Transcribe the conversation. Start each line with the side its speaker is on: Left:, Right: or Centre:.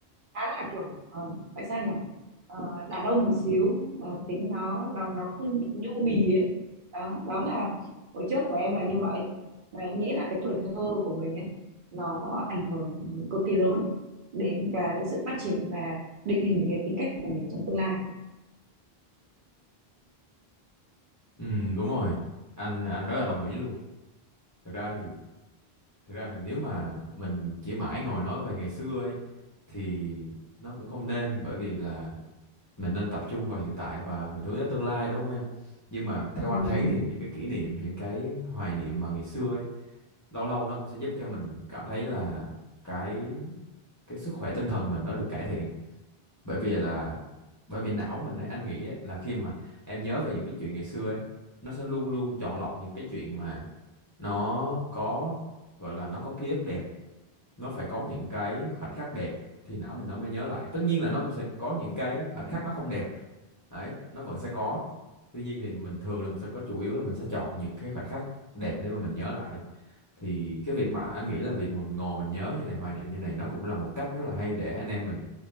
Right: khá là kiểu ờ, phải sao nhỉ Ờ, đàn ông một xíu ờ, tính nó nó nó không bị nhu mì ấy đó đó là hồi trước của em là như vậy và em nghĩ là cái tuổi thơ của mình ấy nó ảnh hưởng cực kỳ lớn đến cái sự phát triển và định hình cái tính cách của mình trong tương lai
Left: ừ, đúng rồi. Anh anh rất là đồng ý luôn. Thực ra thì thực ra thì nếu mà mình chỉ mãi ngồi nói về ngày xưa ấy thì nó cũng không nên bởi vì là mình nên tập trung vào hiện tại và mình hướng đến tương lai đúng không em nhưng mà theo
Right: ừ.
Left: anh thấy thì những cái kỷ niệm những cái hoài niệm mà ngày xưa ấy lâu lâu nó cũng sẽ giúp cho mình cảm thấy là cái cái sức khỏe tinh thần mình nó được cải thiện bởi vì là bởi vì não mình ấy anh nghĩ ấy, là khi mà em nhớ về những cái chuyện ngày xưa ấy nó sẽ luôn luôn chọn lọc những cái chuyện mà nó có gọi là nó có ký ức đẹp nó phải có những cái khoảnh khắc đẹp thì não mình nó mới nhớ lại tất nhiên là nó cũng sẽ có những cái khoảnh khắc nó không đẹp đấy nó vẫn sẽ có tuy nhiên thì mình thường là mình sẽ có chủ yếu là mình sẽ chọn những cái khoảnh khắc đẹp để mà mình nhớ lại thì cái việc mà anh nghĩ là việc mà mình ngồi mình nhớ như này hoài niệm như này nó cũng là một cách rất là hay để anh em mình